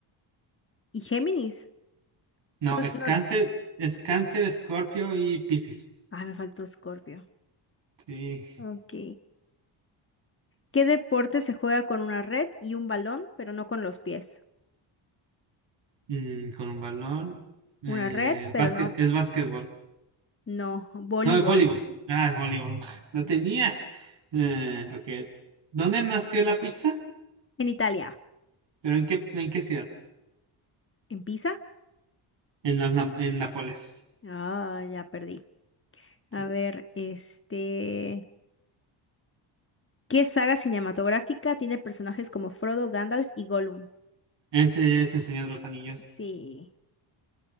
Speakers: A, on the left (about 25°); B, on the right (about 60°).
A: y Géminis.
B: No,
A: Son,
B: es
A: no,
B: Cáncer, es Cáncer, Escorpio y Piscis.
A: ah, me faltó Escorpio.
B: Sí.
A: Ok. ¿Qué deporte se juega con una red y un balón, pero no con los pies?
B: Mm, con un balón. Eh,
A: Una red,
B: el
A: pero
B: básquet,
A: no,
B: es básquetbol.
A: no, voleibol.
B: No, es voleibol. Ah, es voleibol. <laughs> Lo tenía. Eh, ok. ¿Dónde nació la pizza?
A: En Italia,
B: ¿Pero en qué, en qué ciudad?
A: en Pisa.
B: En, los Na- en Nápoles.
A: Ah, ya perdí. A
B: Sí.
A: ver, este, ¿qué saga cinematográfica tiene personajes como Frodo, Gandalf y Gollum?
B: Este es el Señor de los Anillos.
A: Sí,